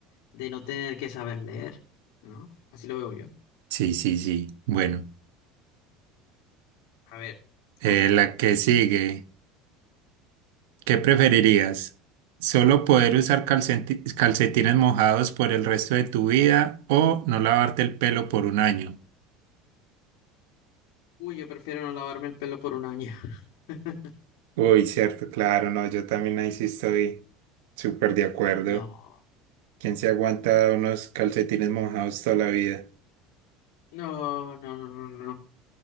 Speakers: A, on the left; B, on the right.
A: de no tener que saber leer, ¿no? Así lo veo yo.
B: sí, sí, sí, bueno.
A: A ver,
B: Eh,
A: otra.
B: la que sigue, ¿qué preferirías? ¿Solo poder usar calcenti- calcetines mojados por el resto de tu vida o no lavarte el pelo por un año?
A: Uy, yo prefiero no lavarme el pelo por un año. <laughs>
B: Uy, cierto, claro, no, yo también ahí sí estoy súper de acuerdo.
A: No,
B: ¿Quién se aguanta unos calcetines mojados toda la vida?
A: no, no, no, no, no,